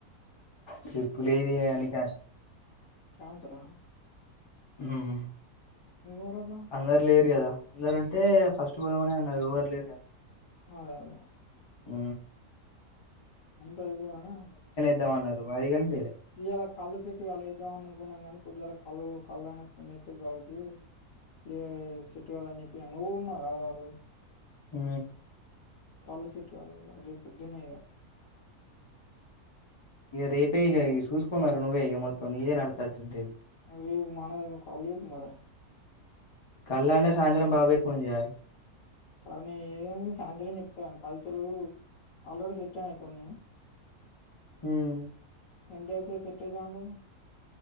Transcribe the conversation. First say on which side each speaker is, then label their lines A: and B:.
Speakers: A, on the left (about 35°); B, on the left (about 65°).
A: ట్రిప్పులేదు ఏమి లేదు అని క్యాన్సిల్
B: క్యాన్సల్ ఆ
A: హు హూ
B: మరి అట్లా
A: అందరు లేరు కదా అందరు ఉంటే ఫస్ట్ పోదామనే ఉన్నారు ఎవరు లేరు కదా
B: అదే అదే
A: ఊ
B: అంత అయిపోగానే
A: ఇద్దాం అన్నారు హయిగాన్
B: ఇయలా కళ్ళు సేట్టు కాలేదు అనుకున్నాం గానీ పొద్దుగాలా కళ్ళు కళ్ళనా కోనిత్తే గౌడికి లే సేట్టుకాలే అని చెప్పి నువ్వు ఉన్నావ్ కదరా ఆరోజు
A: ఉ
B: కళ్ళు సెట్ కాలేదు ఇగ రేపు పొద్దున్నే ఇగ
A: రేపే ఇగ చూసుకో మళ్ళా నువ్వే ఈగ మొత్తం నిది నడుత్తది రేపు ఇగ
B: <unintelligible> మరి
A: కళ్ళ అంటే సాయంత్రం బాబాయకి ఫోన్ చేయాలి
B: సరే నేను ఏ సాయంత్రం చెప్తా వాన్నీ పైసలు ఆల్రెడీ సెట్ అయ్యానాయి కొన్ని ట్
A: ఉమ్
B: అందరికి సెట్ అయితాయి అంటావ్